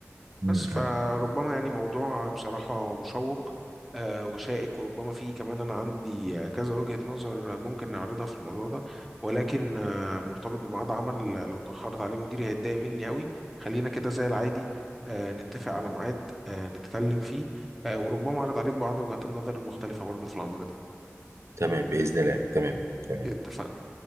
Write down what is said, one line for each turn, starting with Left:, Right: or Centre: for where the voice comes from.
Right: م-
Centre: بس فربما
Right: م.
Centre: يعني موضوع بصراحة مشوق آه، وشائك وربما فيه كمان أنا عندي كذا وجهة نظر ممكن نعرضها في الموضوع ده ولكن آه، مرتبط بميعاد عمل لو تأخرت عليه مديري هيتضايق مني قوي خلينا كده زي العادي آه، نتفق على ميعاد آه، نتكلم فيه آه، وربما أعرض عليك بعض وجهات النظر المختلفة برضو في الأمر ده
Right: تمام بإذن الله تمام تمام
Centre: اتفقنا